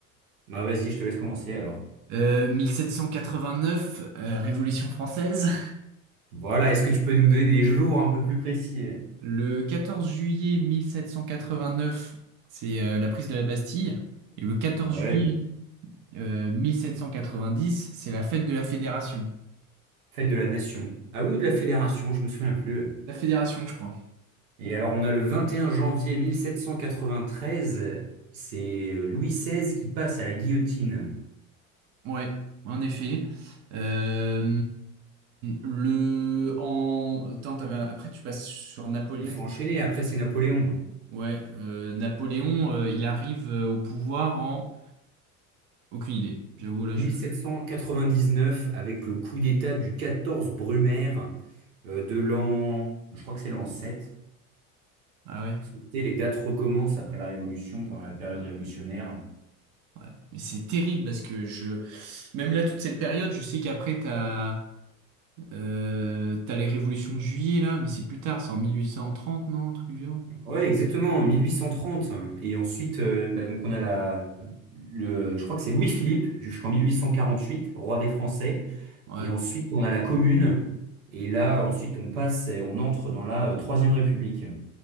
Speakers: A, on the right (about 75°); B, on the right (about 50°).
A: Bah vas-y, je te laisse commencer alors.
B: Euh, 1789, euh, Révolution française.
A: Voilà, est-ce que tu peux nous donner des jours un peu plus précis? euh
B: Le 14 juillet 1789, c'est euh, la prise de la Bastille. Et le 14
A: Ouais,
B: juillet euh, 1790, c'est la fête de la Fédération.
A: fête de la nation. Ah oui, ou de la fédération, je me souviens plus. euh.
B: La Fédération, je crois.
A: Et alors on a le 21 janvier 1793. c'est euh, Louis XVI qui passe à la guillotine.
B: Ouais, en effet. Euh, le en attends, t'avais un- après tu passes sur Napoléon.
A: Il faut enchaîner, après c'est Napoléon. hein.
B: Ouais, euh, Napoléon, euh, il arrive euh, au pouvoir en aucune idée. J'avoue là,
A: 1799
B: je
A: avec le coup d'État du 14 Brumaire euh, de l'an, je crois que c'est l'an 7.
B: ah ouais,
A: Tu sais, les dates recommencent après la Révolution, pendant la période révolutionnaire.
B: ouais. Mais c'est terrible parce que je même là toute cette période, je sais qu'après t'as euh, t'as les révolutions de Juillet là, mais c'est plus tard, c'est en mille huit cent trente non, un truc du genre.
A: Ouais, exactement, en 1830. Et ensuite, euh, bah, donc on a la, le, je crois que c'est Louis-Philippe jusqu'en 1848, roi des Français.
B: Ouais,
A: Et ensuite, on a la Commune. Et là, ensuite, on passe et on entre dans la euh, Troisième République.